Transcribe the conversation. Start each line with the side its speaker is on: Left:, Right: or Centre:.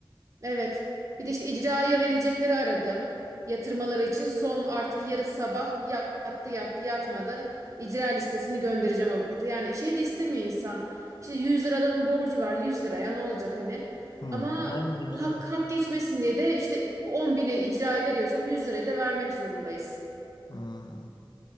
Right: Evet. Bir de işte icraya verilecekleri aradım. Yatırmaları için son artık yarın sabah yattı yattı yatmadı. İcra listesini göndereceğim avukata. Yani şey de istemiyor insan. İşte 100 lira adamın borcu var 100 liraya ne olacak hani.
Left: Hmm.
Right: Ama
Left: Aynen 100
Right: hak,
Left: lira.
Right: hak geçmesin diye de işte 10 bini icraya veriyorsak 100 lirayı da vermek zorundayız.
Left: Hmm.